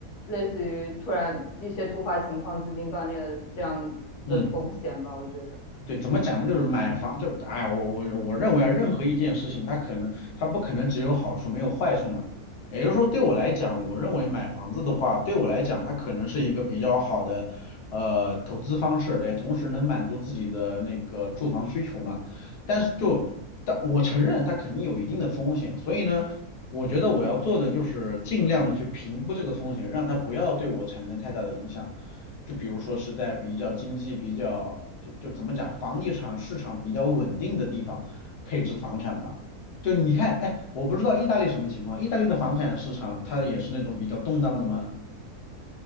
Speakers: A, on the left; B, on the left.
A: 类似于突然一些突发情况、资金断裂的这样的风险吧，
B: 嗯。
A: 我觉得。
B: 对，怎么讲呢？就是买房，就哎呀，我我我认为啊，任何一件事情，它可能它不可能只有好处没有坏处嘛。也就是说，对我来讲，我认为买房子的话，对我来讲，它可能是一个比较好的呃投资方式，也同时能满足自己的那个住房需求嘛。但是就但我承认它肯定有一定的风险，所以呢，我觉得我要做的就是尽量的去评估这个风险，让它不要对我产生太大的影响。就比如说是在比较经济比较就就怎么讲，房地产市场比较稳定的地方配置房产吧。就你看，哎，我不知道意大利什么情况，意大利的房产市场它也是那种比较动荡的吗？